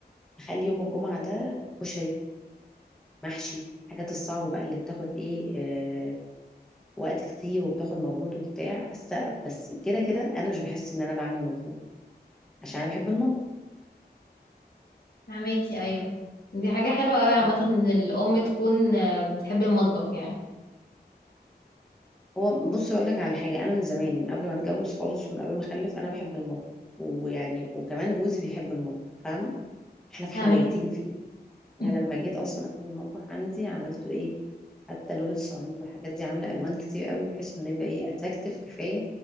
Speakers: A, in the centre; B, on the left.
A: اخلي يوم الجمعه ده كشري محشي الحاجات الصعبه بقى اللي بتاخد ايه آه، وقت كتير وبتاخد مجهود وبتاع بس بس كده كده انا مش بحس ان انا بعمل مجهود عشان انا بحب المطبخ
B: فهماكي ايوه دي حاجة حلوة اوي عامة
A: فاهمة؟
B: ان الام تكون آه، بتحب المطبخ يعني
A: هو بص اقول لك على حاجه انا من زمان من قبل ما اتجوز خالص ومن قبل ما اخلف انا بحب المطبخ ويعني وكمان جوزي بيحب المطبخ فاهمه احنا فاحنا
B: فاهمك
A: بايتين فيه يعني
B: <laughs>
A: لما جيت اصلا اعمل المطبخ عندي عملته ايه حتى لون السيراميك والحاجات دي عامله الوان كتير قوي بحيث انه يبقى ايه اتراكتيف كفايه